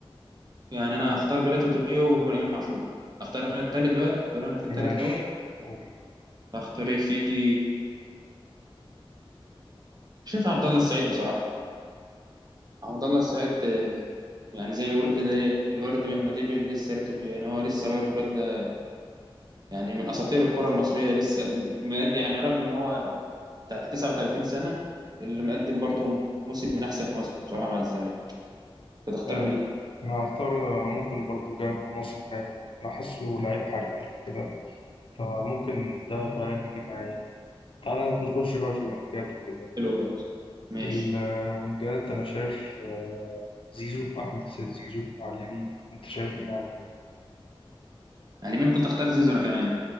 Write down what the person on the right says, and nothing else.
يعني أنا
أختار بيلاتو توريه وإمام عاشور أختار أنا التالت بقى دور أنا في التالت
الأول
أختار يا سيدي شايف عبد الله السعيد بصراحة عبد الله السعيد آه، يعني زي ما بيقولوا كده إيه الورد مهما دبل لسه ريحته فيه يعني هو لسه برضه الواد ده يعني من أساطير الكرة المصرية لسه مقدم يعني رغم إن هو بتاع 39 سنة اللي مقدم برضه موسم من أحسن مواسمه بصراحة مع الزمالك كنت اختار
مين؟
حلو برضه ماشي
على اليمين كنت اختار زيزو انا كمان